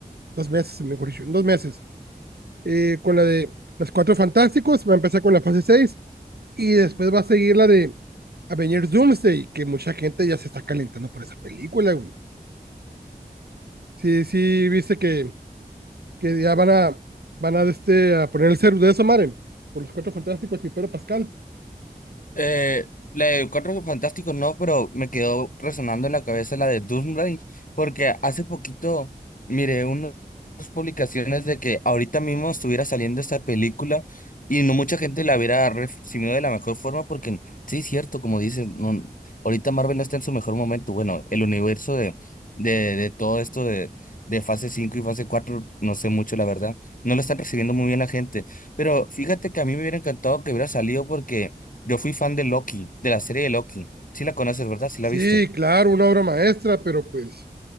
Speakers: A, on the right (about 85°); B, on the left (about 60°).
A: dos meses, mejor dicho, dos meses, eh, con la de los Cuatro Fantásticos, va a empezar con la fase seis Y después va a seguir la de Avengers Doomsday, que mucha gente ya se está calentando por esa película, güey. Sí, sí, viste que, que ya van a, van a, este, a poner el cero de esa madre, por los cuatro fantásticos y Pedro Pascal.
B: Eh, la de Cuatro Fantásticos no, pero me quedó resonando en la cabeza la de Doomsday, porque hace poquito miré unas publicaciones de que ahorita mismo estuviera saliendo esta película y no mucha gente la hubiera recibido de la mejor forma, porque sí, es cierto, como dices, no, ahorita Marvel no está en su mejor momento. Bueno, el universo de, de, de todo esto de, de fase 5 y fase 4 no sé mucho, la verdad, no lo están recibiendo muy bien la gente, pero fíjate que a mí me hubiera encantado que hubiera salido porque. Yo fui fan de Loki, de la serie de Loki. Sí la conoces, ¿verdad? Sí
A: Sí,
B: la viste.
A: claro, una obra maestra, pero pues,